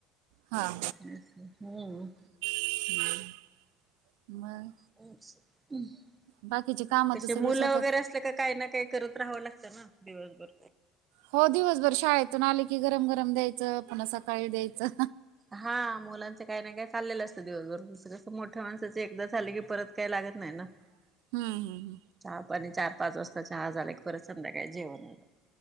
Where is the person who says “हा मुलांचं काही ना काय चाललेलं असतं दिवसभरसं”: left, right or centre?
Right